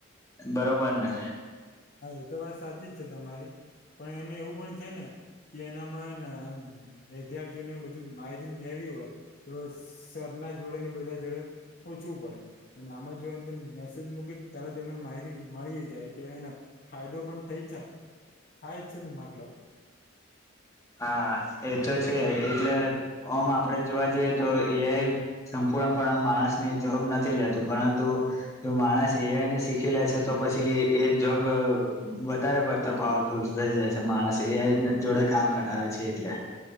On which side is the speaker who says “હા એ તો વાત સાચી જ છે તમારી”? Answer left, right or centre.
Left